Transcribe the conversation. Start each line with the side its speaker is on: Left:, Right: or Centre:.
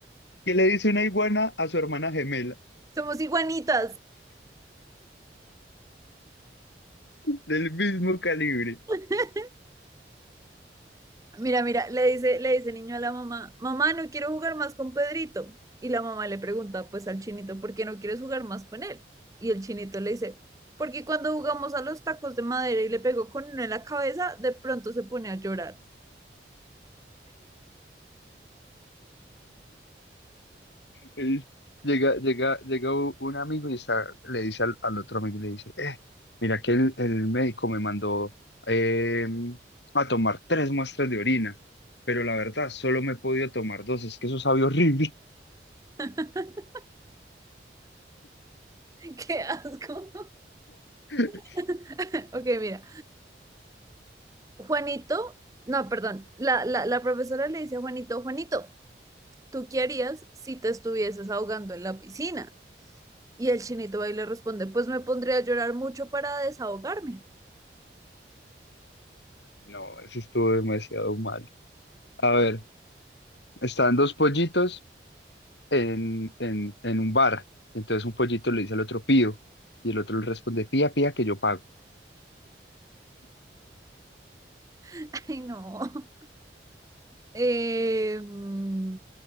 Left: ¿Qué le dice una iguana a su hermana gemela?
Right: Somos iguanitas.
Left: Del mismo calibre.
Right: <laughs> Mira, mira, le dice, le dice el niño a la mamá, mamá, no quiero jugar más con Pedrito. Y la mamá le pregunta, pues al chinito, ¿por qué no quieres jugar más con él? Y el chinito le dice, porque cuando jugamos a los tacos de madera y le pegó con uno en la cabeza, de pronto se pone a llorar.
Left: Y Llega, llega, llega u- un amigo y está, le dice al, al otro amigo, le dice, "Eh, mira que el, el médico me mandó em, a tomar tres muestras de orina, pero la verdad solo me he podido tomar dos, es que eso sabe horrible.
Right: <laughs> ¡Qué asco!
Left: <laughs>
Right: <laughs> Ok, mira, Juanito, no, perdón, la, la, la profesora le dice a Juanito, Juanito, ¿tú qué harías si te estuvieses ahogando en la piscina? Y el chinito ahí le responde, pues me pondría a llorar mucho para desahogarme.
Left: No, eso estuvo demasiado mal. A ver, están dos pollitos en, en, en un bar, entonces un pollito le dice al otro, pío, y el otro le responde, pía, pía, que yo pago.
Right: <laughs> Ay, no. Eh, mm,